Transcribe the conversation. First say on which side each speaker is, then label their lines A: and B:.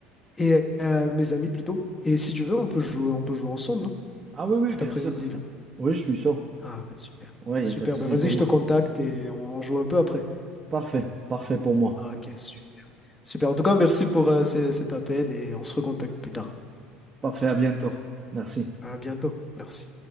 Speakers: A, on the left (about 20°); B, on the right (about 25°).
A: et euh, mes amis plutôt. Et si tu veux, on peut jouer, on peut jouer ensemble, hein,
B: Ah oui, oui,
A: cet
B: bien
A: après-midi,
B: sûr.
A: là.
B: Oui, je suis chaud.
A: Ah, ben, super.
B: Ouais,
A: Super.
B: il n'y a pas de souci
A: Ben, vas-y,
B: pour
A: je
B: moi.
A: te contacte et on joue un peu après.
B: Parfait, parfait pour moi.
A: Ah, ok, su- super. En tout cas, merci pour euh, ce- cet appel et on se recontacte plus tard.
B: Parfait, à bientôt. Merci.
A: À bientôt. Merci.